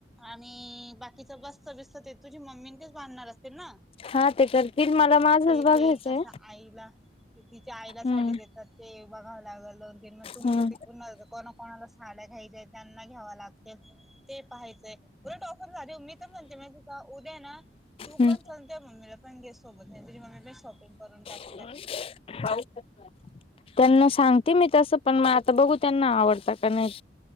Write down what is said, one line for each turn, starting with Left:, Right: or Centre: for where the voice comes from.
Centre: आणि बाकीच बसत बिस्त ते तुझी मम्मी तेच बांधणार असतील ना.
Left: हा ते करतील मला माझंच
Centre: ते
Left: बघायचंय.
Centre: तें आईला ते तिच्या आईला साडी
Left: हम्म.
Centre: देतात. ते बघावं लागल दोन तीन मग तुमचं
Left: हम्म
Centre: ते प कोणा कोणाला साड्या घ्यायच्या त्यांना घ्यावा लागत. ते पाहायचंय बर टऑफर झाली उ्ी तर म्हते म्ह का उद्या ना तू
Left: हम्म
Centre: पण त्या म्मीला पण गेट सोबत नाही तरी मम्मी पण शॉपिंग करून टाक.
Left: <unintelligible> त्यांना सांगते मी तसं पण मग आता बघू त्यांना आवडत का नाही.